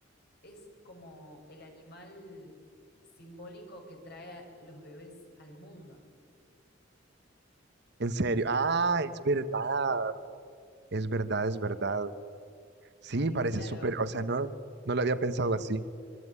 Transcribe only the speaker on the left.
es como el animal simbólico que trae a los bebés al mundo.
Eh,
claro,